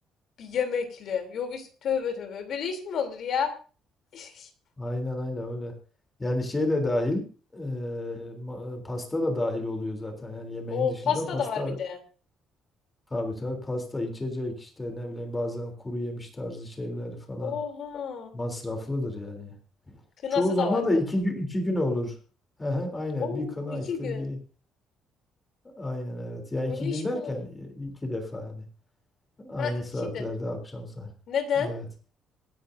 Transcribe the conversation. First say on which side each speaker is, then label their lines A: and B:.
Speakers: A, on the left; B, on the left.
A: Bir yemekli. Yok is tövbe tövbe. Böyle iş mi olur ya? Piş.
B: aynen aynen öyle. Yani şey de dahil, e, ma- pasta da dahil oluyor zaten. Yani yemeğin
A: O
B: dışında
A: pasta
B: pasta
A: da var bir de.
B: Tabii tabii pasta içecek işte ne bileyim bazen kuru yemiş tarzı şeyler falan
A: Oha.
B: masraflıdır yani.
A: Kınası
B: Çoğu zaman
A: da var
B: da
A: tabii.
B: iki, gü- iki gün olur. Hı hı, Aynen
A: Oo
B: bir kına
A: iki
B: işte
A: gün.
B: bir aynen evet. Ya iki
A: Öyle iş
B: gün
A: mi
B: derken
A: olur?
B: i- iki defa hani aynı
A: Ha iki
B: saatlerde
A: de.
B: akşam saat.
A: Neden?
B: Evet.